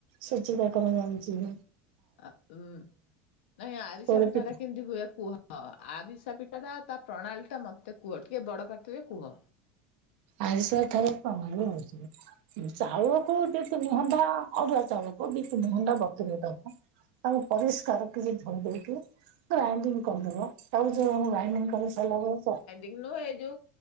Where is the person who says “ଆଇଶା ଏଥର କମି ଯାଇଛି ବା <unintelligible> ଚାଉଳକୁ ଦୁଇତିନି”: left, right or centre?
Right